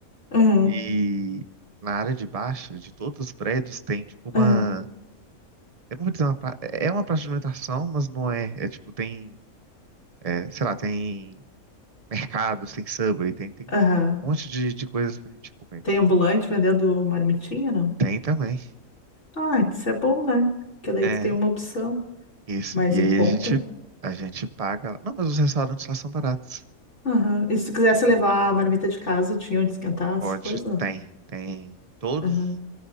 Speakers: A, on the left (about 50°); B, on the right (about 40°).
A: aham,
B: E na área de baixo, de todos os prédios, tem, tipo, uma.
A: aham,
B: Eu não vou dizer uma. pra- É uma praça de alimentação, mas não é. É, tipo, tem. é, sei lá, tem mercados, tem Subway, tem, tem
A: aham,
B: um monte de, de coisas pra gente comer.
A: tem ambulante vendendo marmitinha, não?
B: Tem também.
A: Ah, isso é bom, né, porque daí
B: É.
A: tu tem uma opção
B: Isso.
A: mais
B: E
A: em
B: aí
A: conta.
B: a gente, a gente paga. lá. Não, mas os restaurantes lá são baratos.
A: Aham. E se quisesse
B: Tipo,
A: levar a marmita de casa, tinha onde esquentar as
B: pode,
A: coisas? não?
B: tem, tem todos.
A: Aham.